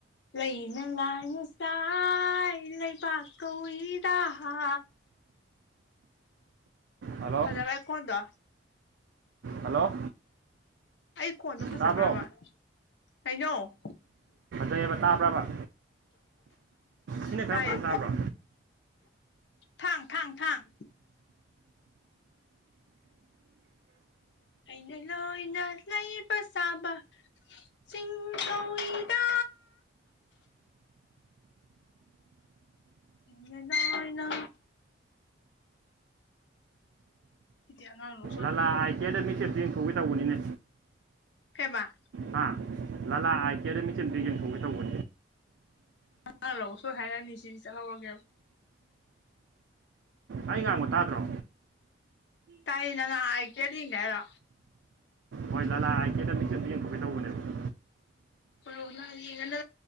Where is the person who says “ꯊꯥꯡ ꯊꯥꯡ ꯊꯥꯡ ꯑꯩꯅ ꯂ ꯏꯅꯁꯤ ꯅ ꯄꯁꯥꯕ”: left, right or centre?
Left